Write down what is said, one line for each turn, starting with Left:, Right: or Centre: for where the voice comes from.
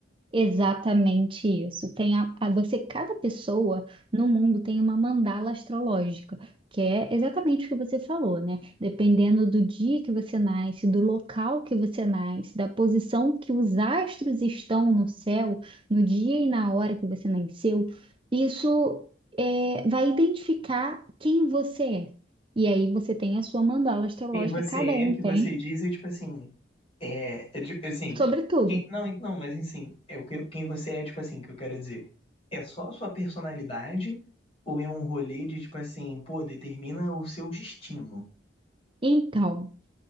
Right: Exatamente isso. Tem a, a- você, cada pessoa no mundo tem uma mandala astrológica, que é exatamente o que você falou, né? Dependendo do dia que você nasce, do local que você nasce, da posição que os astros estão no céu, no dia e na hora que você nasceu, isso é, vai identificar quem você é. E aí você tem a sua mandala astrológica,
Left: quem você
Right: cada um
Left: é, o que
Right: tem,
Left: você diz, é tipo assim, é, é de- assim,
Right: sobre tudo.
Left: quem, não, en- não, mas assim, é o que, quem você é, tipo assim, que eu quero dizer, é só a sua personalidade ou é um rolê de tipo assim, pô, determina o seu destino.
Right: Então.